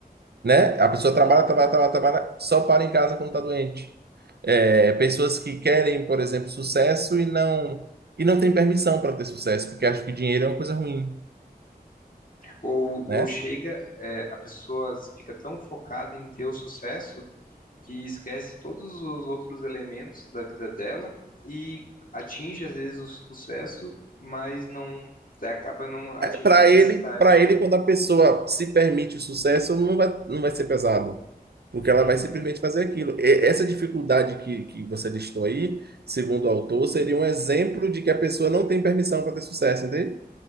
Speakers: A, on the right (about 80°); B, on the left (about 60°).
A: né? A pessoa trabalha,
B: Uhum.
A: trabalha, trabalha, trabalha, só para em casa quando está doente. É, pessoas que querem, por exemplo, sucesso e não e não tem permissão para ter sucesso, porque acham que dinheiro é uma coisa ruim,
B: Ou,
A: né?
B: ou chega, é, a pessoa fica tão focada em ter o sucesso que esquece todos os outros elementos da vida dela e atinge às vezes o sucesso, mas não acaba não atingindo
A: Para
B: a felicidade.
A: ele, para ele, quando a pessoa se permite o sucesso, não vai, não vai ser pesado, porque
B: Uhum.
A: ela vai simplesmente fazer aquilo. E essa dificuldade que, que você listou aí, segundo o autor, seria um exemplo de que a pessoa não tem permissão para ter sucesso, entende?